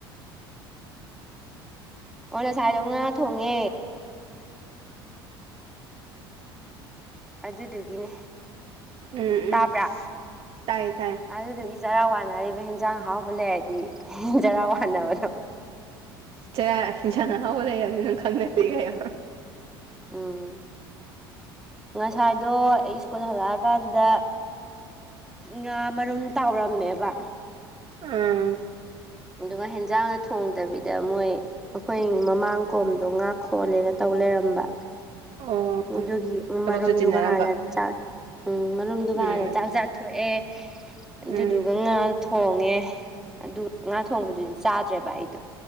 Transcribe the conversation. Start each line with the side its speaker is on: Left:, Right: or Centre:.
Centre: ꯑꯣ ꯉꯁꯥꯏꯗꯣ ꯉꯥ ꯊꯣꯡꯉꯦ ꯑꯗꯨꯗꯨꯒꯤꯅꯦ
Right: ꯎꯝ ꯎꯝ
Centre: ꯇꯥꯕ꯭ꯔꯥ
Right: ꯇꯥꯏꯌꯦ ꯇꯥꯏ
Centre: ꯑꯗꯨꯗꯨꯒꯤ ꯆꯔꯥ ꯋꯥꯅꯔꯤꯕ ꯍꯦꯟꯖꯥꯡ ꯍꯥꯎꯕ ꯂꯩꯔꯗꯤ ꯆꯔꯥ ꯋꯥꯟꯅꯕꯗꯣ
Right: ꯆꯦ ꯍꯤꯪꯖꯥꯡ ꯑꯍꯥꯎꯕ ꯂꯩꯔꯕꯅꯤꯅꯥ ꯈꯪꯅꯖꯦꯒ ꯍꯥꯏꯌꯣ
Centre: ꯎꯝ ꯉꯁꯥꯏꯗꯣ ꯑꯩ ꯏꯁ꯭ꯀꯨꯜ ꯍꯜꯂꯛꯑꯒ ꯀꯥꯟꯗ ꯉꯥ ꯃꯔꯨꯝ ꯇꯥꯎꯔꯝꯃꯦꯕ
Right: ꯑꯥ
Centre: ꯑꯗꯨꯒ ꯍꯦꯟꯖꯥꯡꯒ ꯊꯣꯡꯗꯕꯤꯗ ꯃꯣꯏ ꯑꯩꯈꯣꯏ ꯃꯃꯥꯡ ꯀꯣꯝꯗꯣ ꯉꯥ ꯈꯣꯜꯂꯦꯅ ꯇꯧ ꯂꯩꯔꯝꯕ
Right: ꯑꯣ
Centre: ꯑꯗꯨꯒꯤ
Right: ꯊꯕꯛꯁꯨ
Centre: ꯃꯔꯨꯝꯗꯨ
Right: ꯆꯤꯟꯅꯔꯝꯕ
Centre: ꯉꯍꯥꯟꯅ ꯆꯥ ꯎꯝ ꯃꯔꯨꯝꯗꯨ ꯉꯥꯍꯥꯟꯅ
Right: ꯎꯝ
Centre: ꯆꯥꯛ ꯆꯥꯊꯣꯛꯑꯦ ꯑꯗꯨꯗꯨꯒ
Right: ꯎꯝ
Centre: ꯉꯥ ꯊꯣꯡꯉꯦ ꯑꯗꯨꯒ ꯉꯥ ꯊꯣꯡꯕꯗꯨꯗꯤ ꯆꯥꯗ꯭ꯔꯦꯕ ꯑꯩꯗꯣ